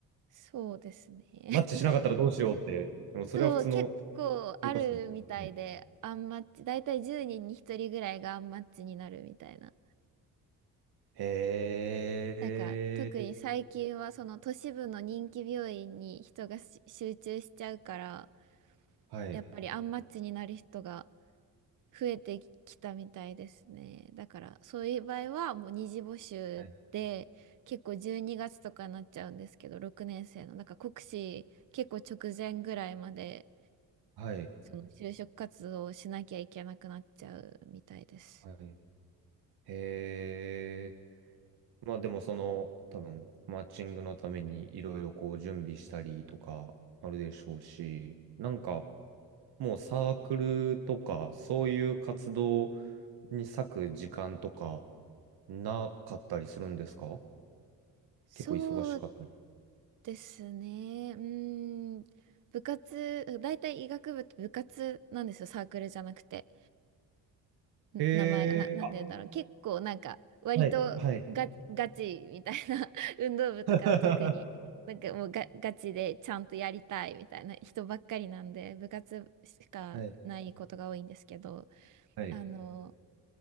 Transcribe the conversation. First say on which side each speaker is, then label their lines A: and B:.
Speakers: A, on the right; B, on the right.
A: そうですね。
B: マッチしなかったらどうしようって。でもそれは普通の
A: そう、結構あるみたいで、
B: 就活ですね。
A: アンマッチ、だいたい10人に1人ぐらいがアンマッチになるみたいな。
B: へ
A: なんか、
B: え、
A: 特に最近はその都市部の人気病院に人がし集中しちゃうから、
B: はい、
A: やっぱりアンマッチになる人が増えてきたみたいですね。だから、そういう場合はもう二次募集で、
B: はい、
A: 結構12月とかになっちゃうんですけど、6年生の。なんか国試結構直前ぐらいまで。
B: はい。
A: その就職活動をしなきゃいけなくなっちゃうみたいです。
B: はいへえ。まあでもその多分マッチングのためにいろいろこう準備したりとかあるでしょうし、なんかもうサークルとかそういう活動に割く時間とかなかったりするんですか
A: そう
B: 結構忙しかったり。
A: ですね。うーん。部活、大体医学部って部活なんですよ。サークルじゃなくて。ん名前が、
B: へ
A: な、
B: え、
A: なんて言うんだろう。
B: あ、
A: 結構なんか、割とガ、
B: はい、はい。
A: ガチみたいな <laughs> 運動部とか特に。
B: <laughs>
A: なんかもうガ、ガチでちゃんとやりたいみたいな人ばっかりなんで、部活しかないことが多いんですけど、
B: はい、はい、
A: あの、